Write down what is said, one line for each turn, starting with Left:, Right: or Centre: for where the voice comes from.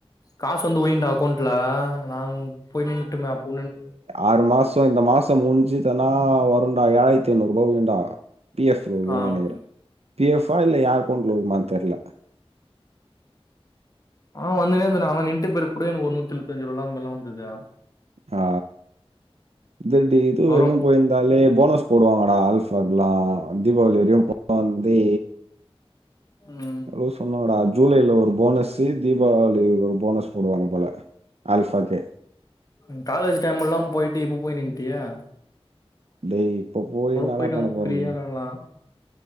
Left: காஸ் வந்து உயுண்டா அக்கோண்ட்ல நாங் போய் நின்ட்டுமே அப்
Right: ஆறு மாசோ இந்த மாசோ முடிஞ்சிதனா வருண்டா ஏழாயித்ஐநூரூபா உழுண்டா பி எஃப் ல உய்யோன்
Left: ஆ
Right: நனைக்றே
Left: ஆ
Right: பி எஃப் பா இல்ல எ அக்கொண்ட்ல உய்மான் தெர்ல
Left: ஆன வந்துனேந்தேன அவெநிண்ட்ட பெறக் கூட எனுக் ஒரு நூத்தெழுவுத்தஞ்ரூபால அந்மெர்லா வந்து தே
Right: ஆ தே இந்த இது
Left: வரு
Right: வெர்லு போயிர்ந்தாலே போனஸ் போடுவாங்கடா ஆல்ஃபாக்கலா தீபாவளி வெரியு போடு வந்தெ
Left: ம்
Right: ன்னாவோ சொன்னாங்கடா ஜூலைல ஒரு போனஸ் திரிப் தீபாவளில ஒரு போனஸ் போடுவாங்க போல ஆல்ஃபாக்கே
Left: ங் காலேஜ் டைம்முல்லா போயிட்டு இப்ப போய் நின்ட்டியா
Right: டேய் இப்ப போய் இன்னாட
Left: போயிட்டு
Right: போண்ண
Left: வந்து
Right: போறோ
Left: ஃப்ரீயா
Right: நம்ம
Left: இருக்கலா